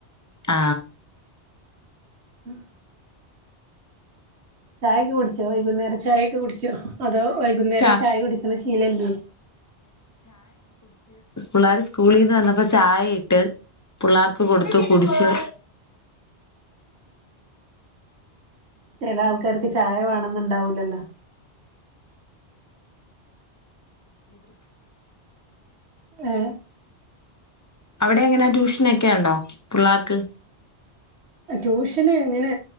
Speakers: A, on the left; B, on the right.
A: ആ
B: ഉം ചായൊക്കെ കുടിച്ചോ വൈകുന്നേരം ചായൊക്കെ കുടിച്ചോ അതോ വൈകുന്നേരം
A: ച
B: ചായ കുടിക്കണ ശീലമില്ലേ
A: പിള്ളേരെ സ്കൂ സ്കൂളീന്ന് വന്നപ്പ ചായ ഇട്ട് പിള്ളേർക്ക് കൊടുത്തു കുടിച്
B: ചില ആൾക്കാർക്കെ ചായ വേണന്നുണ്ടാവൂലല്ലോ ഏ
A: <unintelligible> എങ്ങനെ ട്യൂഷനൊക്കെ ഉണ്ടോ പിള്ളാർക്
B: ട്യൂഷന് എങ്ങനെ